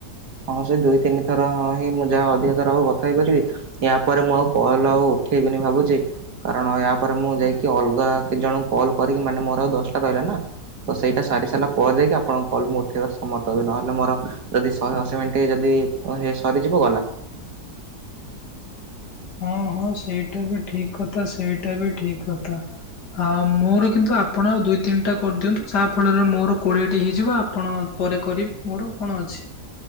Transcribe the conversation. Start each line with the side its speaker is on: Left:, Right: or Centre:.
Right: ହଁ ସେ ଦୁଇ ତିନି ଥର ହଁ ହିଁ ମୁଁ ଯାହା ଅଧିକ ଥର ଆଉ କଥା ହେଇପାରିବି। ୟା ପରେ ମୁଁ ଆଉ କଲ ଆଉ ଉଠେଇବିନି ଭାବୁଛି। କାରଣ ୟା ପରେ ମୁଁ ଯାଇକି ଅଲଗା କେତେ ଜଣଙ୍କୁ କଲ୍ କରିକି ମାନେ ମୋର ଆଉ ଦଶଟା ରହିଲା ନା। ତ ସେଇଟା ସାରି ସାରିଲା ପରେ ଯାଇକି ଆପଣଙ୍କ କଲ ମୁଁ ଉଠେଇବାର ସମର୍ଥ ହେବି ନହେଲେ ମୋର ଯଦି ଶହେ ଅଶୀ ମିନିଟ୍ ଯଦି ସରିଯିବ ଗଲା।
Left: ହ ହଁ ସେଇଟା ବି ଠିକ କଥା ସେଇଟା ବି ଠିକ କଥା। ଆଉ ମୋର କିନ୍ତୁ ଆପଣ ଆଉ ଦୁଇ ତିନିଟା କରିଦିଅନ୍ତୁ ଯାହା ଫଳରେ ମୋର କୋଡ଼ିଏଟି ହେଇଯିବ ଆପଣ ପରେ କରିବେ ମୋର କଣ ଅଛି?